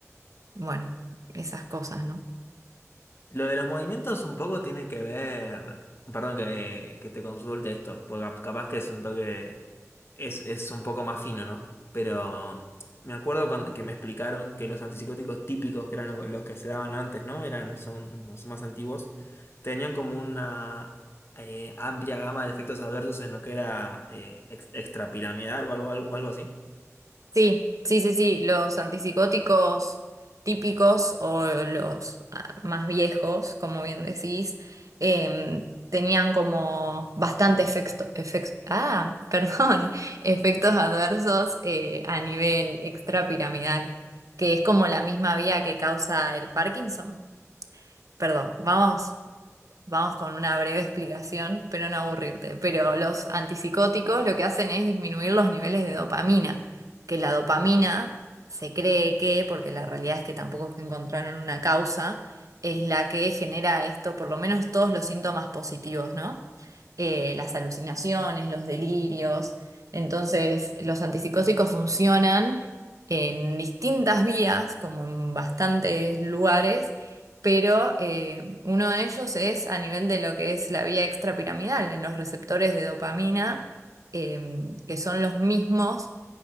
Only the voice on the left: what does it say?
Lo de los movimientos un poco tiene que ver, perdón que, que te consulte esto, porque cap- capaz que es un toque, es, es un poco más fino, ¿no? Pero me acuerdo cuando, que me explicaron que los antipsicóticos típicos, que eran los, los que se daban antes, ¿no? Eran, son, son más antiguos, tenían como una eh, amplia gama de efectos adversos en lo que era eh, ex- extrapiramidal o algo, algo, algo así.